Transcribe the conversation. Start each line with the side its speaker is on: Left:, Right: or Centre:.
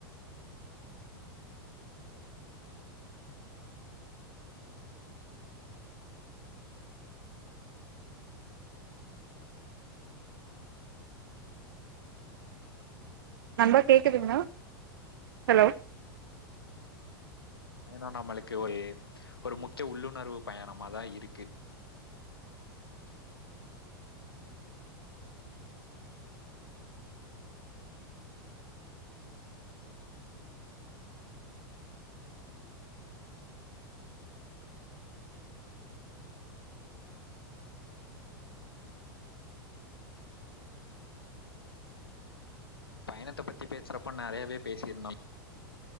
Right: நண்பா கேக்குதுங்ளா ஹலோ
Left: <unintelligible> மலைக்கு ஒரு ஒரு முக்கிய உள்ளுணர்வு பயணமாதா இருக்கு பயணத்த பத்தி பேசுறப்போ நெறயவே பேசியிருந்தோ